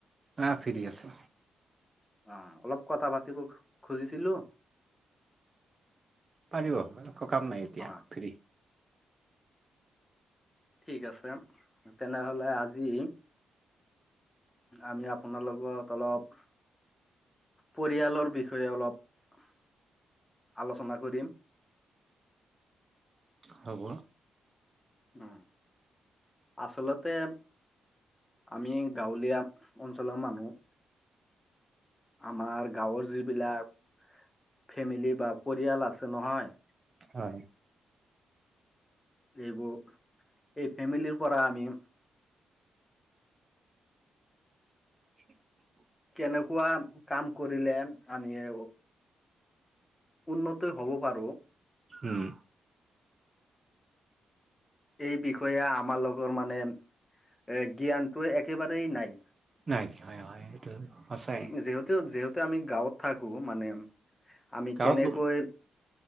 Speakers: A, on the right; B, on the left.
A: আহ ফ্ৰী আছো।
B: অ অলপ কথা পাত পাতিব খুজিছিলো
A: পাৰিব একো কাম নাই এতিয়া
B: অঁ
A: ফ্ৰী
B: ঠিক আছে তেনেহলে আজি আমি আপোনাৰ লগত অলপ পৰিয়ালৰ বিষয়ে অলপ আলোচনা কৰিম
A: হ'ব
B: উম আচলতে আমি গাঁৱলীয়া অঞ্চলৰ মানুহ আমাৰ গাঁৱৰ যিবিলাক ফেমিলি বা পৰিয়াল আছে নহয়
A: হয়
B: এইবোৰ এই ফেমিলিৰ পৰা আমি
A: <unintelligible>
B: কেনেকুৱা কাম কৰিলে আমি উন্নতই হব পাৰো
A: উম
B: এই বিষয়ে আমাৰ লগৰ মানে এ জ্ঞানটো একেবাৰেই নাই
A: নাই হয় হয় এইটো সঁচাই
B: উ যিহেতু যিহেতু আমি গাঁৱত থাকো মানে আমি
A: গাঁৱত
B: কেনেকৈ